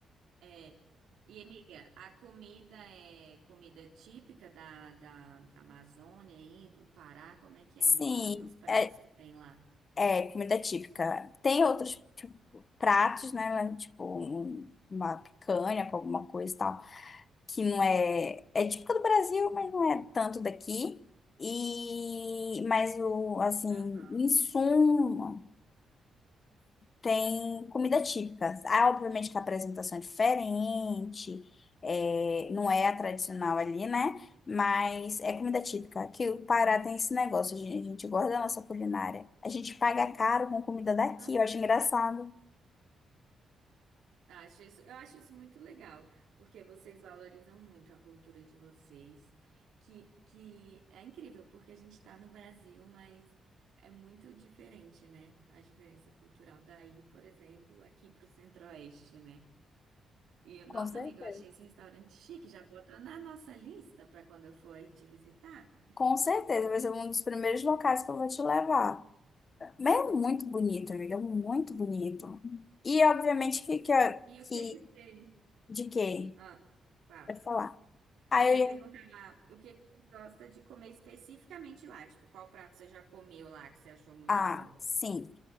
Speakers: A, on the right; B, on the left.
A: É. E, amiga, a comida é comida típica da, da, da Amazônia aí, do Pará? Como é que é?
B: Sim,
A: Me conta os pratos
B: é,
A: que tem lá.
B: é comida típica. Tem outros tipo, pratos, né? Tipo, um- uma picanha com alguma coisa e tal. que não é, é típica do Brasil, mas
A: Uhum.
B: não é tanto daqui. E mas o assim,
A: Aham.
B: em suma, tem comida típica. Ah, obviamente que a apresentação é diferente, é, não é a tradicional ali, né? Mas é comida típica. Que o Pará tem esse negócio, a gente a gente gosta da nossa culinária. A gente paga caro com comida daqui,
A: Uhum.
B: eu acho engraçado.
A: Acho isso, eu acho isso muito legal, porque vocês valorizam muito a cultura de vocês, que, que é incrível, porque a gente está no Brasil, mas é muito diferente, né? A diferença cultural daí, por exemplo, aqui para o Centro-Oeste, né? E, eu- nossa
B: Com certeza.
A: amiga, eu achei esse restaurante chique, já bota na nossa lista para quando eu for aí te visitar.
B: Com certeza, vai ser um dos primeiros locais que eu vou te levar. Mas é muito bonito, ele é muito bonito. E obviamente que, que,
A: E o
B: que
A: que que tem?
B: de quê?
A: Ah, fala.
B: Pode falar. Aí
A: Não, eu ia
B: eu
A: perguntar
B: ia...
A: o que que você gosta de comer especificamente lá? Tipo, qual prato você já comeu lá que você achou muito
B: Ah,
A: bom?
B: sim.